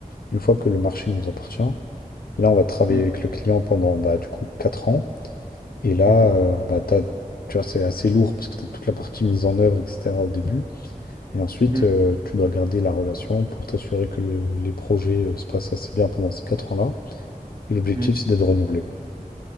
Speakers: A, on the left (about 80°); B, on the right (about 25°).
A: une fois que le marché nous appartient, Là, on va travailler
B: Mhm,
A: avec le client pendant, bah, du coup, 4 ans. Et là,
B: mhm,
A: euh, bah, t'as- tu vois, c'est assez lourd parce que tu as toute la partie mise en œuvre, etc. au début. Et ensuite,
B: mhm.
A: euh, tu dois garder la relation pour t'assurer que le- les projets euh, se passent assez bien pendant ces quatre ans-là. Et l'objectif,
B: mhm.
A: c'est d'être renouvelé.